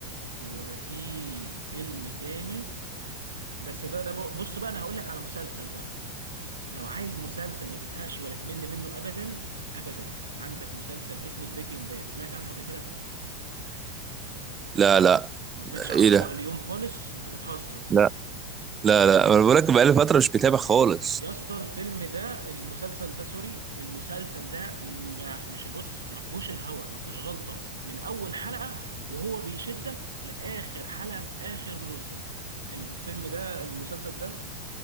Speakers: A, on the right; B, on the right.
A: وفي فيلم تاني بس ده ده بق- بص بقى انا هقول لك على مسلسل بقى لو عايز مسلسل ما تزهقش ولا تمل منه ابدا ابدا عندك مسلسل اسمه بريكنج باد سمعت عنه قبل كده
B: لا لا
A: ما سمعتش عنه
B: ايه
A: في طبق
B: ده
A: اليوم خالص انت بتهزر
B: لا لا لا انا بقول لك بقالي فتره مش بتابع خالص
A: يا اسطى الفيلم ده المسلسل ده سوري المسلسل ده ما مش بص ما فيهوش الهوا ما فيهوش غلطة من أول حلقة وهو بيشدك لآخر حلقة في آخر موسم الفيلم ده المسلسل ده